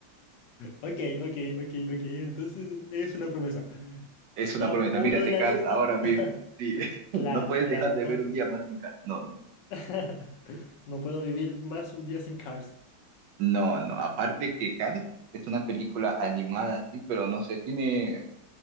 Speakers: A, on the left; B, on the right.
A: Ok, ok, ok, ok. Entonces es una promesa.
B: Es una
A: Top
B: promesa.
A: uno
B: Mírate
A: de la
B: Cars
A: lista.
B: ahora mismo.
A: <laughs>
B: Sí, <laughs>
A: Claro,
B: no puedes
A: claro,
B: dejar de
A: top.
B: ver un día más sin Cars. No, no,
A: <laughs> No puedo vivir más un día sin Cars.
B: no, no. Aparte que Cars es una película animada, sí, pero no sé, tiene,